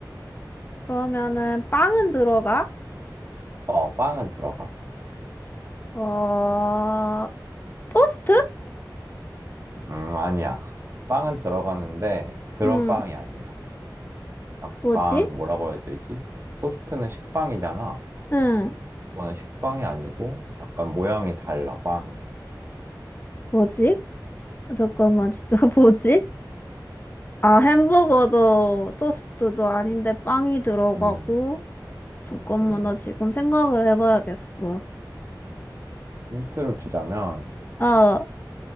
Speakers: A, on the left; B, on the right.
A: 그러면은 빵은 들어가?
B: 어, 빵은 들어가.
A: 어, 토스트?
B: 음, 아니야. 빵은 들어가는데 그런
A: 음,
B: 빵이 아니야. 약간
A: 뭐지?
B: 뭐라고 해야 되지? 토스트는 식빵이잖아.
A: 응,
B: 이거는 식빵이 아니고 약간 모양이 달라, 빵이.
A: 뭐지? 잠깐만,
B: 음,
A: 진짜 <laughs> 뭐지? 아, 햄버거도 토스트도 아닌데 빵이 들어가고.
B: 음,
A: 잠깐만,
B: 음.
A: 나 지금 생각을 해봐야겠어.
B: 힌트를 주자면
A: 아,